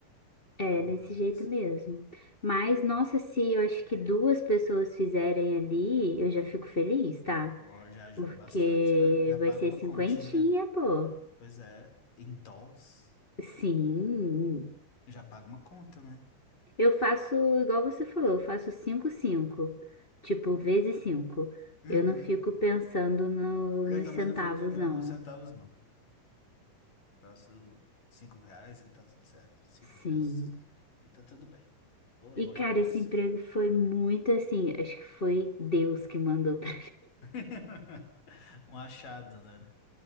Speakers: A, on the left (about 25°); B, on the left (about 75°).
A: É,
B: Mas,
A: desse jeito mesmo. Mas, nossa, se eu acho que duas pessoas fizerem ali, eu já fico feliz, tá?
B: ó, já ajuda
A: Porque
B: bastante, né? Já paga
A: vai ser
B: uma
A: cinquentinha,
B: continha.
A: pô.
B: Pois é, em dólares.
A: Sim,
B: Já paga uma conta, né?
A: Eu faço igual você falou, eu faço 5 5, tipo, vezes 5.
B: Uhum.
A: Eu não fico pensando no-
B: Eu
A: nos
B: também
A: centavos,
B: não fico quebrando
A: não.
B: os centavos, não. Faço cinco reais e tá tudo certo. Cinco vezes
A: Sim.
B: e tá tudo bem. Pô, é
A: E,
B: bom
A: cara,
B: demais.
A: esse emprego foi muito assim, acho que foi Deus que mandou pra
B: <laughs> Um achado, né?